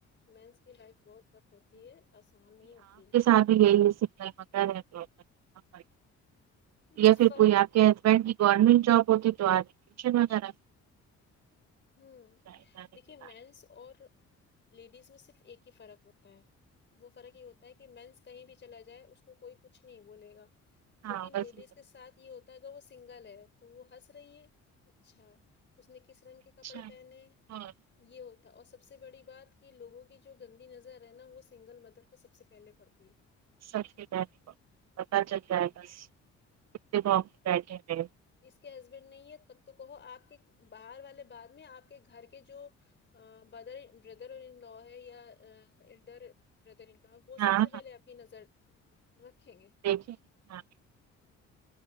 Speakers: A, on the left (about 35°); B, on the right (about 60°).
A: مینس کی لائف بہت ٹف ہوتی ہے آسان نہیں ہوتی ہے
B: ا بھی یہ سنگل مدر ہیں تو <unintelligible>
A: بس
B: یا پھر
A: فرق
B: کوئی آپ کے ہسبینڈ کی گورنمنٹ جوب ہوتی تو آج ٹیشن وغیرہ
A: ہوں
B: جانے
A: دیکھیے
B: کے
A: مینس
B: بعد
A: اور لیڈیز میں صرف ایک ہی فرق ہوتا ہے وہ فرق یہ ہوتا ہے کہ مینس کہیں بھی چلا جائے اس کو کوئی کچھ نہیں بولے گا
B: ہاں
A: لیکن
B: بس
A: لیڈیز کے ساتھ یہ ہوتا گا وہ سنگل ہے تو وہ ہنس رہی ہے اچھا اس نے کس رنگ کے کپڑے
B: اچھا
A: پہنےہے
B: اور
A: یہ ہوتا اور سب سے بڑی بات کہ لوگوں کی جو گندی نظر ہے نا وہ سنگل مدر پہ سب سے پہلے پڑتی ہے
B: سب کےپہناوے کو پتا چلتا ہے بس کتنے
A: ہاں
B: بیٹھے ہیںئے <unintelligible>
A: اس کے ہسبینڈ نہیں ہے تب تو کہو آپ کے باہر والے بعد میں آپ کے گھر کے جو ا بدر یا برادر ان لوہے یہ ایلڈر برادرنلوا وہ
B: ہاں
A: سب سے پہلے آپ کی نظر رکھیں گے
B: دیکھییں ہاں